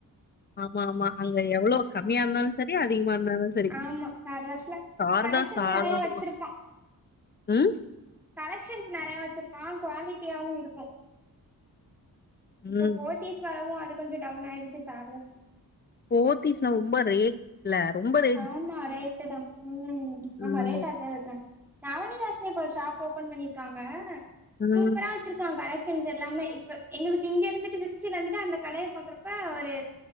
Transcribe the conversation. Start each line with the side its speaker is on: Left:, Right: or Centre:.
Left: ஆம்மா ஆம்மா அங்க எவ்வளோ கம்மியார்ந்தாலு சர் கே அதிகமா இர்ந்தாலு சரி
Centre: ஆமா சாரதாஸ்ல
Left: சாரதாஸ்
Centre: கலெக்ஷன்
Left: சாரதாஸ்
Centre: நெறைய வச்சிருப்பா
Left: தா ம்
Centre: கலெக்க்ஷன்ஸ் நறய வச்சிருப்பாங்க குவாலிட்டியாவு இருக்கூ
Left: ம்.
Centre: இப்ப போத்தீஸ் வரவு அது கொஞ்ச டவுன் ஆயிடுச்சு சாரதஸ்
Left: போத்தீஸ்ன ரொம்ப ரேட் இல்ல ரொம்ப வெ
Centre: ஆம்மா ரேட்டுதா ம் ஆம்மா
Left: ம்,
Centre: ரேட்டு அத்தாஅத்தா நவனிதாஸ்னு இப்ப ஒரு ஷாப் ஓப்பன் பண்ணிர்க்காங்க
Left: ம்.
Centre: சூப்பரா வச்சிருக்காங் கலெக் செஞ்சுர்ல்லாமே இப்ப எங்களுக்கு இங்க இருந்துட்டு திருச்சில இருந்துட்டு அந்த கடய பாக்கறப்ப ஒரு